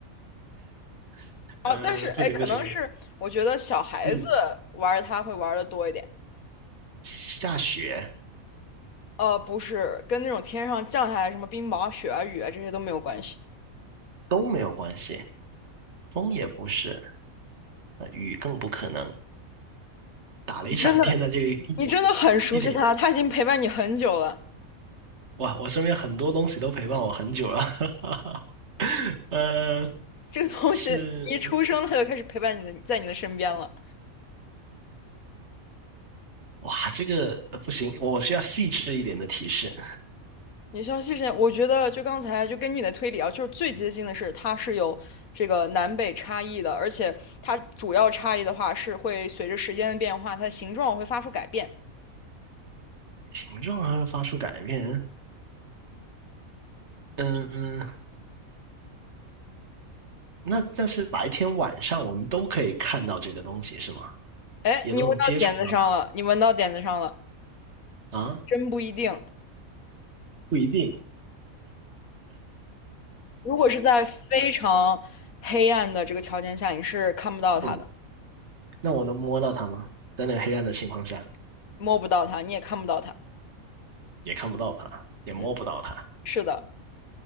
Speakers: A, on the right; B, on the left.
A: <laughs>
B: 哦。
A: 嗯、
B: 但是哎，
A: 不行不行，
B: 可能是我觉得小孩子玩儿它会玩的多一点。
A: 嗯，下雪
B: 呃，不是，跟那种天上降下来什么冰雹、雪啊、雨啊这些都没有关系。
A: 都没有关系，风也不是，呃雨更不可能，打雷闪电那就一点
B: 你真的。你真的很熟悉它，
A: 一点
B: 它已经陪伴你很久了。
A: 哇，我身边很多东西都陪伴我很久了，<laughs> 哈哈。呃，
B: 这个东西一出生它就开始陪伴你的，
A: 是，
B: 在你的身边了。
A: 哇，这个呃不行，我我需要细致一点的提示。
B: 你需要谢谢，我觉得就刚才就根据你的推理啊，就是最接近的是它是有这个南北差异的，而且它主要差异的话是会随着时间的变化，它的形状会发出改变。
A: 形状还会发出改变，嗯，那但是白天晚上我们都可以看到这个东西是吗？
B: 哎，
A: 也都能接触到它
B: 你闻到点子上了，你闻到点子上了，
A: 啊？
B: 真不一定。
A: 不一定，
B: 如果是在非常黑暗的这个条件下，你是看不到它的，
A: 嗯，那我能摸到它吗？在那个黑暗的情况下，
B: 摸不到它，你也看不到它。
A: 也看不到它，也摸不到它，
B: 嗯，是的。